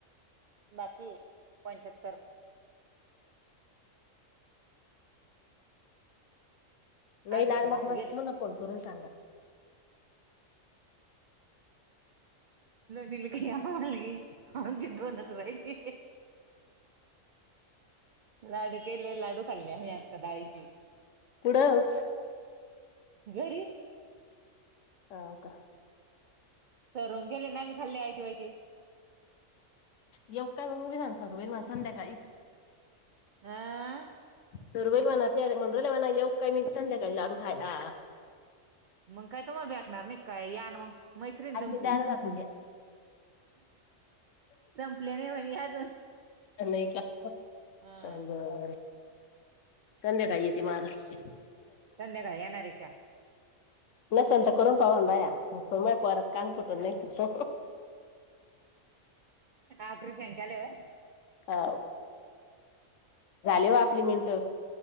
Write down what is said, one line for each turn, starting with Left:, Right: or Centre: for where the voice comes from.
Right: बाकी पंचत्तर,
Left: नाही
Right: अर्ध्याच्या
Left: लागलं
Right: वर तर
Left: मग
Right: गेले.
Left: ठेव ना फोन करून सांगा.
Right: लोनी लग आनग आनचे दोन नज राहिली, लाडू केले लाडू खाल्ले आम्ही, आता डाळीची,
Left: कुडं
Right: घरी,
Left: ह हो का,
Right: सरून गेले ना मी खाल्ली आयथ वायथ,
Left: येव काय मग मी सांगता तो बैलमा संध्याकाळी,
Right: अ
Left: सरुबाई ल म्हणा त्या मंडला म्हणा येऊ काय मी संल्या का लाडू खायला,
Right: मग काय तुम्हाला भेटणार नाही, का यान मग मैत्रीण
Left: आई
Right: तुमची,
Left: ते जायला जातात
Right: संपले नाही म्हणे अजून,,
Left: नाही का बर,
Right: ह
Left: संध्याकाय येते मार, <unintelligible>
Right: संध्याकाळी येणार आहे का?
Left: नसेल तर करून सवन बाया सोमय, पोार कानपुटून नाही का,
Right: ऑप्रेश केले होय,
Left: अ झाले वा आपली मिनट,